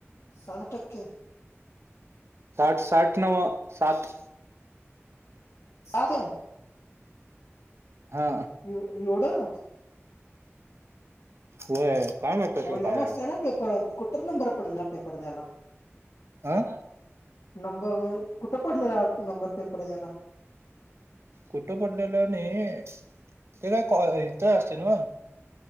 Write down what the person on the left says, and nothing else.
साठ टक्के.
सातं?
एव एवढं!
ओल्यान
असतय ना पेपर,, कुठं नंबर पडलेला पेपर द्यायला?
नंबर म्हणजे, कुठं पडलेला नंबर पेपर द्यायला?